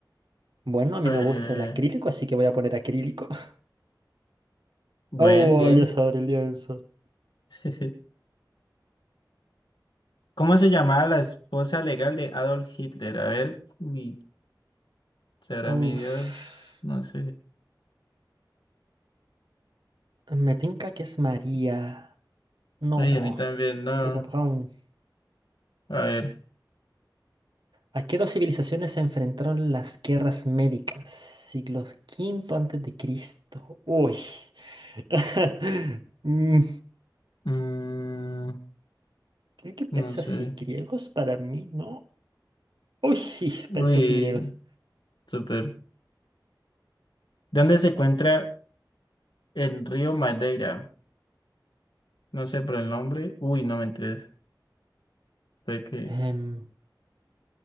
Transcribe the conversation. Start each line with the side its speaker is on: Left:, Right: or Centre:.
Right: Bueno, a mí
Left: Eh,
Right: me gusta el acrílico, así que voy a poner acrílico. <laughs>
Left: bien,
Right: Oh,
Left: bien.
Right: Dios sobre el lienzo.
Left: <laughs> ¿Cómo se llamaba la esposa legal de Adolf Hitler? A ver, uy, será
Right: Uf.
Left: mi Dios, no sé.
Right: Me tinca que es María. No.
Left: Uy, a mí también, no.
Right: Eva Braun.
Left: A ver,
Right: ¿A qué dos civilizaciones se enfrentaron las guerras médicas? Siglos quinto antes de Cristo. Uy. <laughs> Mm,
Left: mm,
Right: Creo que persas
Left: no sé.
Right: y griegos para mí, ¿no? Uy, sí,
Left: Uy,
Right: persas y griegos.
Left: súper. ¿Dónde se encuentra el río Madeira? No sé por el nombre. Uy, no me interesa. Fue que
Right: Em,